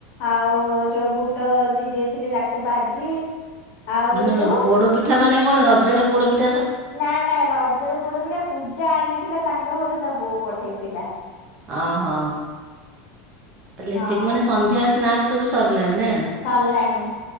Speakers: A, on the left; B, on the right.
A: ଆଉ ଯୋଉ ବୁଟ ସିଝେଇଥିଲି ତାକୁ ଭାଜି ଆଉ
B: ମାନେ
A: ତୁ
B: ପୋଡ ପିଠା ମାନେ କଣ ରଜର ପୋଡ ପି
A: ନା ନା ରଜର ପୋଡ ପିଠା ପୂଜା ଆଣିଥିଲା ତାଙ୍କ ଘରୁ ତା ବୋଉ ପଠେଇଥିଲା।
B: ଓହୋ ତାହଲେ
A: ହଁ
B: ଏତିକି ମାନେ ସନ୍ଧ୍ୟା ସ୍ନାକ୍ସ ସବୁ ସରିଲାଣି ନା,
A: ସରିଲାଣି